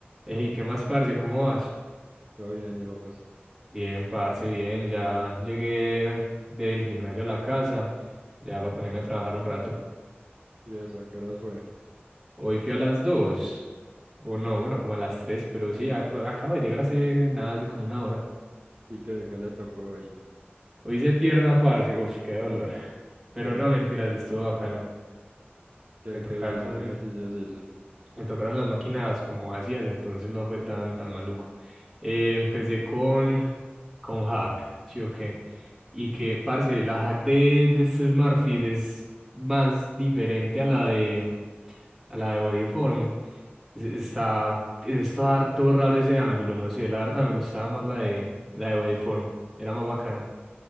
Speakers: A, in the centre; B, on the right.
A: Ey, ¿qué más, parce? ¿Cómo vas?
B: Todo bien, ¿y vos?
A: Bien, parce, bien. Ya llegué del gimnasio a la casa. Ya va a ponerme a trabajar un rato.
B: ¿Y eso? ¿A qué horas fue?
A: Hoy fui a las dos O no, bueno, como a las tres pero sí, a- bueno, acabo de llegar hace nada, hace como una hora.
B: ¿Y qué, qué le tocó hoy?
A: Hoy hice pierna, parce. Uf, qué dolor. <laughs> Pero
B: Uf,
A: no, mentiras, estuvo bacano.
B: ¿qué,
A: Me tocaron,
B: qué hizo? ¿Qué ejercicios hizo?
A: Me tocaron las máquinas como ácidas, entonces no fue tan, tan maluco. Eh, empecé con, con hack, ¿sí o qué? Y que, parce, la hack de, de este Smartfit es más diferente a la de, a la de Bodyform. Es- Está, está harto raro ese ángulo, no sé, la verdad me gustaba más la de, la de Bodyform, era más bacana.